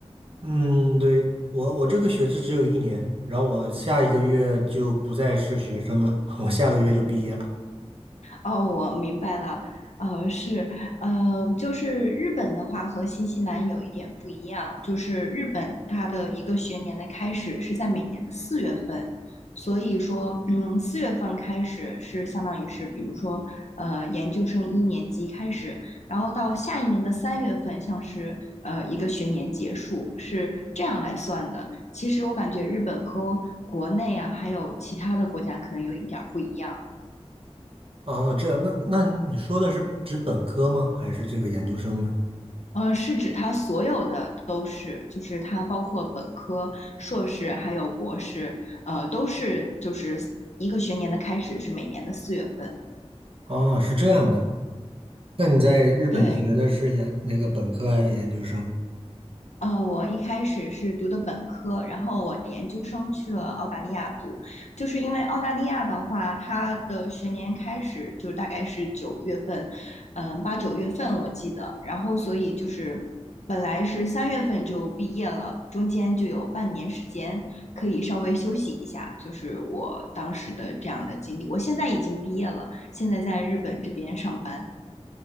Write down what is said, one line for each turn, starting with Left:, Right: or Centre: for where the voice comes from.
Right: 嗯，对，我我这个学制只有一年，然后我下一个月就不再是学生了，<laughs> 我下个月就毕业了。
Left: 哦，我明白了，呃，是，呃，就是日本的话和新西兰有一点不一样，就是日本它的一个学年的开始是在每年的四月份，所以说，嗯，四月份开始是相当于是，比如说，呃，研究生一年级开始，然后到下一年的三月份，像是呃一个学年结束，是这样来算的。其实我感觉日本和国内啊，还有其他的国家可能有一点儿不一样。
Right: 哦，这样，那那你说的是指本科吗？还是这个研究生呢？
Left: 呃，是指它所有的都是，就是它包括本科、硕士还有博士，呃，都是就是一个学年的开始是每年的四月份。
Right: 哦，是这样的。那你在日本学的是研那个本科还是研究生？
Left: 对，呃，我一开始是读的本科，然后我研究生去了澳大利亚读，就是因为澳大利亚的话，它的学年开始就大概是九月份，嗯、八九月份我记得，然后所以就是本来是三月份就毕业了，中间就有半年时间可以稍微休息一下，就是我当时的这样的经历。我现在已经毕业了，现在在日本这边上班。